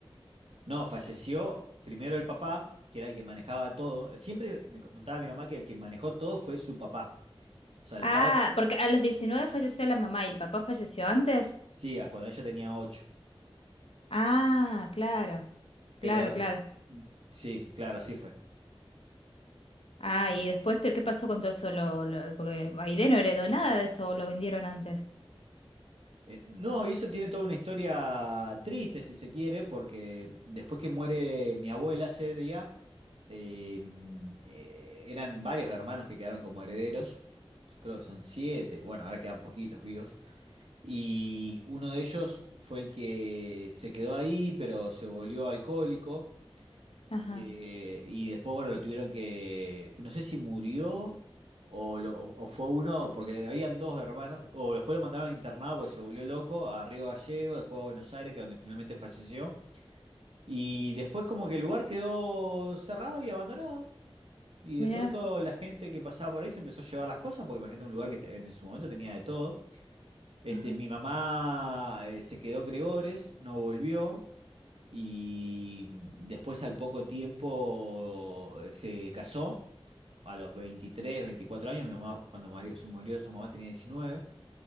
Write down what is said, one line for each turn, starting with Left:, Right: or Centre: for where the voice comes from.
Right: No, falleció primero el papá, que era el que manejaba todo. Siempre me contaba mi mamá que el que manejó todo fue su papá. O sea, el
Left: Ah,
Right: padre,
Left: porque a los 19 falleció la mamá y el papá falleció antes.
Right: sí, a cuando ella tenía ocho,
Left: Ah, claro,
Right: pero
Left: claro, claro.
Right: mm, sí, claro, así fue.
Left: Ah, y después, te- ¿qué pasó con todo eso? Lo, lo- porque Aide no heredó nada de eso, lo vendieron antes.
Right: Eh, no, y eso tiene toda una historia triste, si se quiere, porque después que muere mi abuela sería, eh, mm, eh, eran varios hermanos que quedaron como herederos, creo que son siete, bueno, ahora quedan poquitos vivos. Y uno de ellos fue el que se quedó ahí, pero se volvió alcohólico.
Left: Ajá,
Right: Eh, y después, bueno, lo tuvieron que, que no sé si murió o, lo- o fue uno, porque habían dos hermanos, o después lo mandaron internado porque se volvió loco a Río Gallego, después a Buenos Aires, que es donde finalmente falleció. Y después como que el lugar quedó cerrado y abandonado. Y
Left: mirá.
Right: de pronto la gente que pasaba por ahí se empezó a llevar las cosas, porque imagínate un lugar que te- en su momento tenía de todo. Este,
Left: ajá.
Right: mi mamá eh, se quedó en Gregores, no volvió. Y mm, después al poco tiempo eh, se casó, a los 23 24 años, mi mamá, cuando mari- su- murió su mamá tenía diecinueve